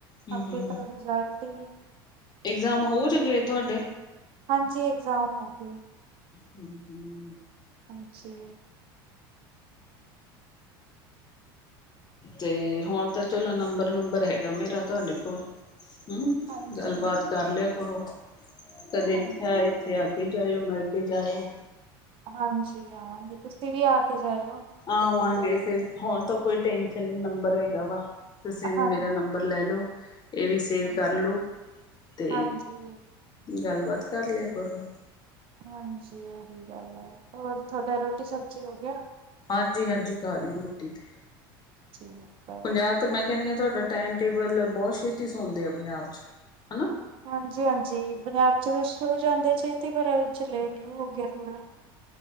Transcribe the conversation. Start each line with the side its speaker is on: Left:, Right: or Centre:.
Left: ਹਮ
Right: ਅਗੇ
Left: ਹਮ
Right: ਤਾਂ ਰਿਜ਼ੂਲਟ ਤੇ
Left: ਇਗਜ਼ਾਮ ਹੋ ਜਗੇ ਤੁਹਾਡੇ
Right: ਹਾਂਜੀ ਇਗਜ਼ਾਮ ਹੋ ਗਏ।
Left: ਹਮ, ਹਮ।
Right: ਹਾਂਜੀ।
Left: ਤੇ ਹੁਣ ਤਾਂ ਚਲੋ ਨੰਬਰ, ਨੰਬਰ ਹੈਗਾ ਮੇਰਾ ਤੁਹਾਡੇ ਕੋਲ। ਹਮ
Right: ਹਾਂਜੀ
Left: ਗੱਲਬਾਤ ਕਰ ਲਿਆ ਕਰੋ। ਕਦੇ ਇੱਥੇ
Right: ਹਾਂਜੀ
Left: ਆਏ ਇੱਥੇ ਆ ਕੇ ਜਾਇਓ ਮਰ ਕੇ ਜਾਓ
Right: ਹਾਂਜੀ ਆਾਂਗੇ ਤੁਸੀਂ ਵੀ ਆ ਕੇ ਜਾਇਓ
Left: ਆਵਾਂਗੇ
Right: ਜਦ ਵੀ ਆਏ
Left: ਫੇਿਰ ਹੋੁਣ ਤਾਂ ਕੋਈ ਟੈਨਸ਼ਨ ਨਹੀਂ ਨੰਬਰ ਹੈਗਾ ਵਾ ਤੁਸੀਂ ਵੀ
Right: ਹਾਂਜੀ
Left: ਮੇਰਾ ਨੰਬਰ ਲੈ ਲਓ ਇਹ ਵੀ ਸੇਵ
Right: ਹਾਂ
Left: ਕਰ ਲਉ ਅਤੇ
Right: ਹਾਂਜੀ
Left: ਗੱਲਬਾਤ ਕਰ ਲਿਆ ਕਰੋ
Right: ਹਾਂਜੀ ਇਹੀ ਗੱਲ ਹੈ ਹੋਰ ਤੁਥਹਾਡਾ ਰੋਟੀ ਸਬਜ਼ੀ ਹੋ ਗਿਆ
Left: ਹਾਂਜੀ ਹਾਂਜੀ ਖ ਲਈ ਰੋਟੀ ਤੇ
Right: ਠੀ ਕ
Left: ਪੰਜਾਬ
Right: ਵਧੀਆ
Left: ਤਾਂ ਮੈਂ ਕਹਿੰਦੀ ਹਾਂ ਤੁਹਾਡਾ ਟਾਈਮ ਟੇਬਲ ਬਹੁਤ ਛੇਤੀ ਸੌਣਦੇ ਆ ਪੰਜਾਬ ਚ' ਹਨਾ
Right: ਹਾਂਜੀ ਹਾਂਜੀ ਪੰਜਾਬ ਚ ਤਾਂ ਸ਼ੁਰ ਹੋ ਜਾਂਦੇ ਚ ਪਰ ਅਜ ਲੇਟ ਵੀ ਹੋ ਗਿਆ ਥੋੜ੍ਹਾ